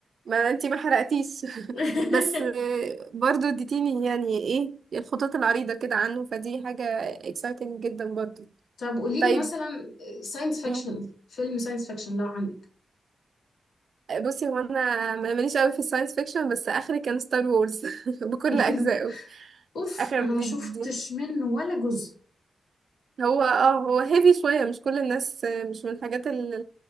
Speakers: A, on the right (about 60°); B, on the left (about 85°).
A: ما انتي ما حرقتيش
B: <laughs>
A: <laughs> بس آه، برضو اديتيني يعني ايه الخطوط العريضة كده عنه فدي حاجة exciting جدا برضو
B: طب قولي
A: طيب
B: لي مثلا ساينس فيكشن
A: مم.
B: فيلم ساينس فيكشن لو عندك
A: بصي هو انا ما- ماليش قوي في الساينس فيكشن بس اخري كان ستار وورز <laughs> بكل
B: <laughs>
A: اجزائه
B: اوف
A: اخر
B: انا
A: دي,
B: ما شفتش
A: دي.
B: منه ولا جزء
A: هو اه هو هيفي شوية مش كل الناس آه، مش من الحاجات اللي